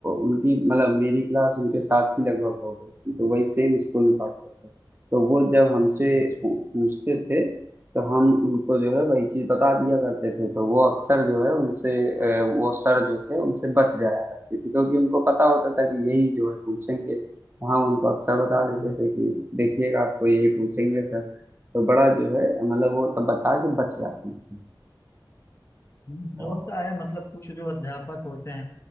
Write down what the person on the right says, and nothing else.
उनकी मतलब मेरी क्लास उनके साथ ही लगभग हो गई थी तो वही सेम स्कूल में पढ़ते थे तो वो जब हमसे
पू- पूछते थे तो हम उनको जो है वही चीज बता दिया करते थे तो वो अक्सर जो है उनसे अ, वो सर जो थे उनसे बच जाया करते थे क्योंकि उनको पता होता था कि यही जो है पूछेंगे हाँ उनको अक्सर बता देते
थे कि देखिएगा आपको यही पूछेंगे सर तो बड़ा जो है मतलब वो तब बता के बच जाती थी
तो